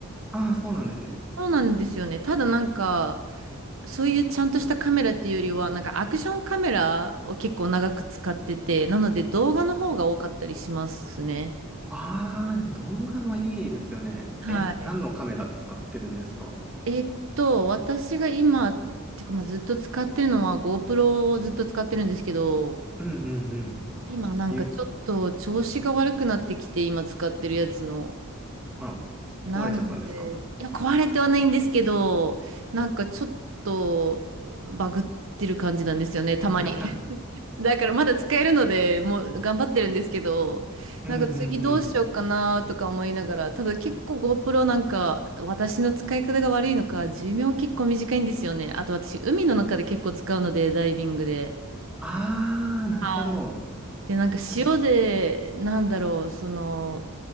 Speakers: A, in the centre; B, on the right.
A: ああ、そうなんですね。
B: そうなんですよね。ただなんか、そういうちゃんとしたカメラっていうよりは、なんかアクションカメラを結構長く使ってて、なので動画の方が多かったりしますね。
A: ああ、でも動画もいいですよね。
B: はい。
A: え、何のカメラ使ってるんですか
B: えっと、私が今、てかまあずっと使ってるのは GoPro をずっと使ってるんですけど、
A: うんうんうん。
B: 今なんかちょっと調子が悪くなってきて、
A: ゆ、
B: 今使ってるやつの。
A: あら、
B: なので、
A: 壊れちゃったんですか
B: いや、壊れてはないんですけど、なんかちょっとバグってる感じなんですよね、
A: <laughs>
B: たまに。
A: うん
B: だからまだ使えるので、もう頑張ってるんですけど、
A: うんうん。
B: なんか次どうしようかなとか思いながら、ただ結構 GoPro なんか私の使い方が悪いのか、寿命結構短いんですよね。あと私海の中で結構使うので、ダイビングで。
A: ああ、なるほど。
B: はいで、なんか塩で、
A: 確か、
B: なんだろう、その、